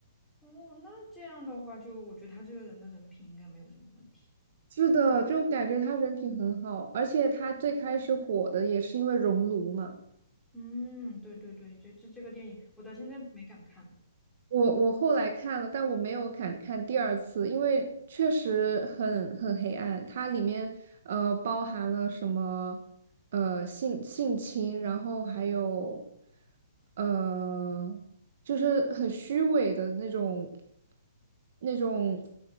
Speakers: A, in the centre; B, on the right.
A: 哦，那这样的话就，我觉得他这个人的人品应该没有什么问题。
B: 是的，就感觉他人品很好，而且他最开始火的也是因为《熔炉》嘛。
A: 嗯，对对对，这这这个电影我到现在都没敢看。
B: 我我后来看了，但我没有敢看第二次，因为确实很很黑暗。它里面呃包含了什么呃性性侵，然后还有呃就是很虚伪的那种那种